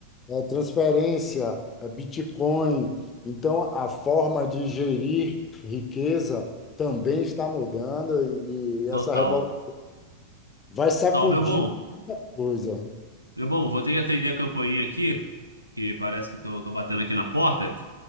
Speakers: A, on the left; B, on the right.
A: é, transferência, é, Bitcoin. Então, a forma de gerir riqueza também está mudando e, e essa
B: total.
A: revolução vai sacudir
B: Tá, meu bom.
A: coisa.
B: Meu bom, vou ter que atender a campainha aqui, que parece que estão batendo aqui na porta.